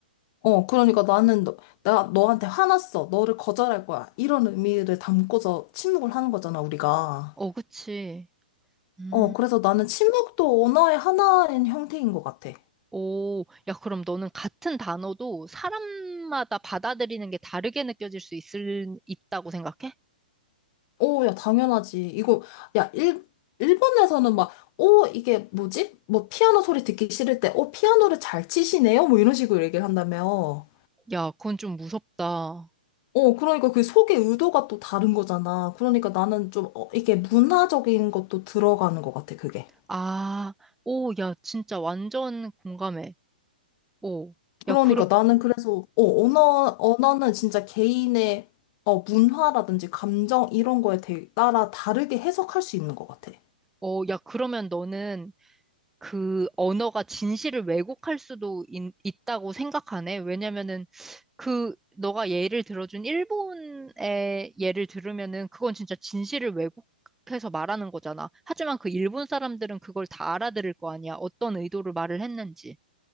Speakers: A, on the left (about 40°); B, in the centre.
A: 어, 그러니까 나는 너, 나 너한테 화났어. 너를 거절할 거야. 이런 의미를 담고서 침묵을 하는 거잖아, 우리가.
B: 어, 그치. 음.
A: 어, 그래서 나는 침묵도 언어의 하나인 형태인 것 같아.
B: 오, 야, 그럼 너는 같은 단어도 사람마다 받아들이는 게 다르게 느껴질 수 있을, 있다고 생각해?
A: 오, 야, 당연하지. 이거, 야, 일, 일본에서는 막, 오, 이게 뭐지? 뭐, 피아노 소리 듣기 싫을 때, 오, 피아노를 잘 치시네요? 뭐, 이런 식으로 얘기를 한다며.
B: 야, 그건 좀 무섭다.
A: 어, 그러니까 그 속의 의도가 또 다른 거잖아. 그러니까 나는 좀, 어, 이게 문화적인 것도 들어가는 것 같아, 그게.
B: 아, 오, 야, 진짜 완전 공감해. 오,
A: 그러니까
B: 야, 그러,
A: 나는 그래서, 어, 언어, 언어는 진짜 개인의, 어, 문화라든지 감정, 이런 거에 대- 따라 다르게 해석할 수 있는 것 같아.
B: 어, 야, 그러면 너는 그 언어가 진실을 왜곡할 수도 있, 있다고 생각하네? 왜냐면은 그 너가 예를 들어준 일본의 예를 들으면은 그건 진짜 진실을 왜곡해서 말하는 거잖아. 하지만 그 일본 사람들은 그걸 다 알아들을 거 아니야. 어떤 의도로 말을 했는지.